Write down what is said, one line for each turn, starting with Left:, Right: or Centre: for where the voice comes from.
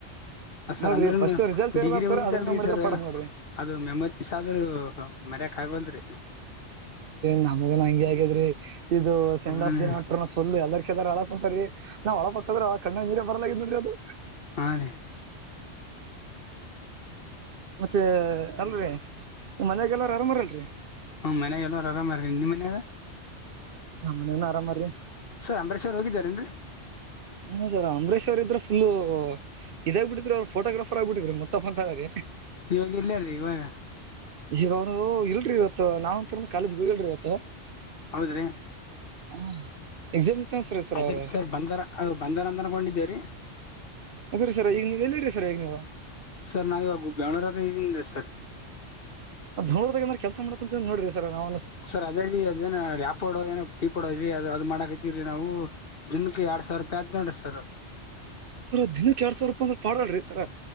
Left: ಅ ಸರ್
Right: ನೋಡ್ರಿ
Left: ಅಂದ್ರನು
Right: ಫಸ್ಟ್ ರಿಸಲ್ಟ್ ಯಾವ್ದಾಗ್ತಾರ
Left: ಡಿಗ್ರಿ ಮುಗಿತಲ್ರಿ
Right: ಅದ್ರ ಮ್ಯಾಗ ಮಾಡಿದ್ರ
Left: ಸರ್
Right: ಪಡದ್ ನೋಡ್ರಿ
Left: ಅದು ಮೆಮೊರೀಸ್ ಆದ್ರೂ ಮರಯಕ್ ಆಗವ್ಲದರಿ
Right: ನಮಗ ನಂಗೆ ಆಗಿದ್ರಿ ಇದು ಸೆಂಡ್
Left: ಹ್ಮ
Right: ಆಫ್ ದಿನ ಅಂತು ಫುಲ್ ಎಲ್ಲಾರ್ ಕೇದಾರ ಅಳಕ್ ಕುಂತಾರಾರಿ ನಾವ್ ಅಳಬೆಕದ್ರ ಅಳ ಕಣ್ಣ ನಿರ ಬರ್ಲಾಗಿದ್ ಅದು
Left: ಹಾಂ ರ
Right: ಮತ್ತೆ ಅಲ್ರರಿ ನಿ ಮನ್ಯಾಗ ಎಲ್ಲಾರ ಆರಾಮರಲ್ರರಿ
Left: ಹ್ಮ್ ಮನ್ಯಾಗಲ್ಲೋರ ಆರಾಮಾರರೀ ನಿಮ್ಮ ಮನ್ಯಾಗ
Right: ನಮ್ಮ್ನೇನ ಆರಾಮ ರೀ
Left: ಸರ್ ಅಂಬರೇಶ್ರ್ ಹೋಗಿದ್ದಾರ ಏನ್ರಿ
Right: ಹ್ಮ ಸರ್ ಅಂಬರೀಶ್ವರ್ ಇದ್ರೆ ಫುಲ್ ಇದಾಗ್ ಬಿಟಿದ್ರರು ಅವರುಫೋಟೋಗ್ರಾಫರ್ ಆಗಿ ಬಿಟ್ಟಿದ್ರ ಮುಸ್ತಾಫ ತರಾರಿ
Left: ಇವಾಗ ಇಲ್ಲಯ್ರೀ ಇವಾಗ
Right: ಈಗ ಅವ್ನು ಇಲ್ರಿ ಇವತ್ತು ನಾವಂತೂ ಕಾಲೇಜ್ ಹೋಗಿಲ್ರಿ ಇವತ್ತು
Left: ಹೌದ್ರಿ
Right: <unintelligible>
Left: ಅದ್ರ
Right: ಅವ್ರ
Left: ಸರ್ ಬಂದಾರ ಅ ಬಂದಾರ ಅಂತ ಅನ್ಕೊಂಡಿದ್ದೇವ್ರೀ
Right: ಅದ್ರರಿ ಸರ್ ಈಗ ನೀವು ಎಲ್ಲರಿ ಸರ್ ಈಗ ನೀವು
Left: ಸರ್ ನಾವು ಇಗ ಬೆಂಗಳೂರಲ್ಲಿ ಇದ್ದೀನ್ ಸರ್
Right: ಬೆಂಗಳೂರು ದಾಗ ಕೆಲಸ ಮಾಡ್ಕಂತ ನೋಡರಿ ಸರ್ ನಾ
Left: ಸರ್ ಅದೇಲ್ಲಿ ಅದೇಏನ ಯ್ಯಾಪ್ಡೋ ಏನ ಪೀಪ್ ಕೊಡೋ ಅ ಅದ್ ಮಾಡಕತಿವ್ರೀ ನಾವು ದಿನಕ್ಕೆ ಎರಡ್ ಸಾವಿರ ರೂಪಾಯಿ ಆದ್ ನೋಡರಿ ಸರ್
Right: ಸರ್ ದಿನಕ್ಕೆ ಎರಡ್ ಸಾವಿರ ರೂಪಾಯ ಅಂದ್ರ ಪಾಡ್ರಿ ಸರ್